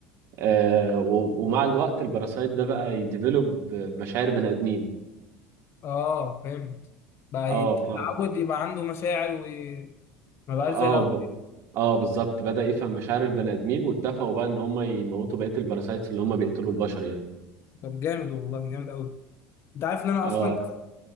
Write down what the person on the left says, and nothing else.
اه فهمت بقى
يتعود
يبقى عنده مشاعر وما بقاش
زي الاول
طب جامد والله جامد قوي انت عارف ان انا
اصلا كنت